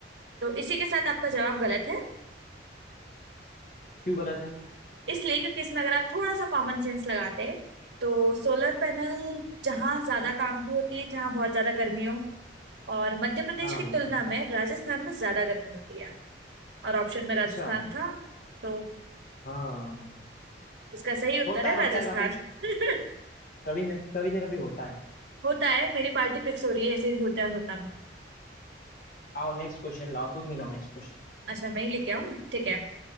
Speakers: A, on the right (about 75°); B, on the left (about 45°).
A: तो इसी के साथ आपका जवाब गलत है
B: क्यों गलत है
A: इसलिए क्योंकि इसमें अगर आप थोड़ा सा कॉमन सेंस लगाते हैं तो सोलर पैनल जहाँ ज्यादा काम की होती
B: हम्म।
A: है जहाँ बहुत ज्यादा गर्मी हो और मध्य प्रदेश
B: हाँ
A: की तुलना में राजस्थान में ज्यादा गर्मी होती है और ऑप्शन में
B: अच्छा
A: राजस्थान था तो
B: हाँ
A: इसका सही उत्तर
B: होता
A: है
B: है
A: राजस्थान
B: होता है कभी
A: <laughs>
B: कभी न कभी न कभी होता है
A: होता है मेरी पार्टी फिक्स हो रही है ऐसे ही होता है होता है
B: आओ नेक्स्ट क्वेश्चन लाओ तुम ही लाओ नेक्स्ट क्वेश्चन
A: अच्छा मैं ही लेके आऊँ ठीक है